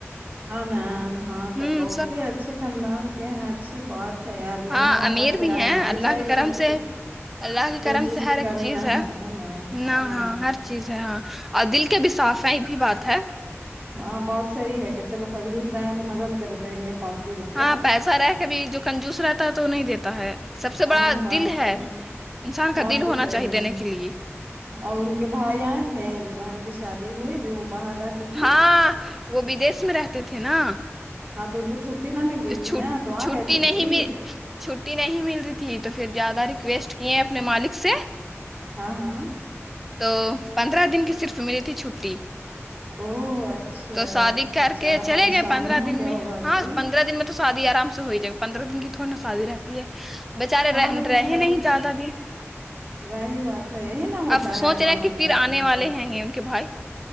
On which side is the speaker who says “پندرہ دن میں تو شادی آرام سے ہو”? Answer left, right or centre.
Centre